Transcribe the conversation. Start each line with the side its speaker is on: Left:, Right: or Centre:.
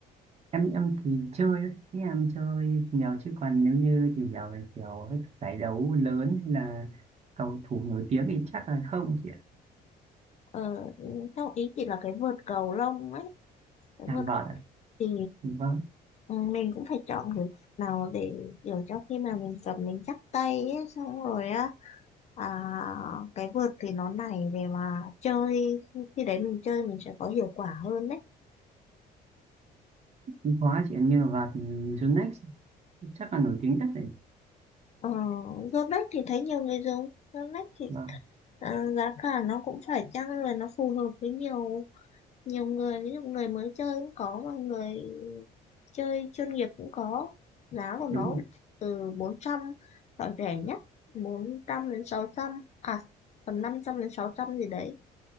Right: em em thì chơi ấy, ý em chơi nhiều chứ còn nếu như tìm hiểu về kiểu các giải đấu lớn hay là cầu thủ nổi tiếng thì chắc là không chị ạ
Left: Ờ, theo ý chị là cái vợt cầu lông ấy Nếu
Right: à
Left: mà
Right: vợt ạ
Left: thì
Right: vâng
Left: ừ, mình cũng phải chọn cái mặt nào để kiểu cho khi nào mình cầm mình chắc tay ấy, xong rồi á à, cái vợt thì nó này để mà chơi khi đấy mình chơi mình sẽ có hiệu quả hơn đấy
Right: cũng có chị ạ, như là vợt Yonex chắc là nổi tiếng nhất đấy
Left: ờ, dưa lách thì thấy nhiều người dùng dưa lách thì
Right: vâng
Left: à, giá cả nó cũng phải chăng rồi nó phù hợp với nhiều nhiều người ví dụ người mới chơi cũng có mà người chơi chuyên nghiệp cũng có giá của nó
Right: đúng rồi
Left: từ bốn trăm loại rẻ nhất 400 đến sáu trăm à tầm 500 đến 600 gì đấy